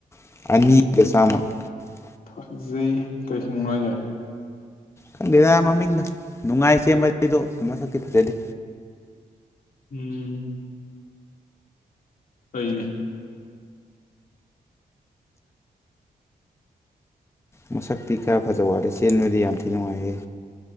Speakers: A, on the left (about 15°); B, on the left (about 65°).
A: <inaudible> <inaudible>
B: ꯐꯖꯩ ꯀꯩ ꯈꯨꯃꯨꯛꯅꯣ ꯍꯥꯏꯖꯦ
A: ꯈꯪꯗꯦꯗ ꯃꯃꯤꯡꯒ <inaudible> ꯃꯁꯛꯇꯤ ꯐꯖꯗꯦ
B: ꯎꯝ <unintelligible>
A: ꯃꯁꯛꯇꯤ ꯈꯔ ꯐꯖꯕ ꯋꯥꯠꯂꯦ ꯆꯦꯡꯕꯗꯤ ꯌꯝꯊꯤ ꯅꯨꯡꯉꯥꯏꯌꯦ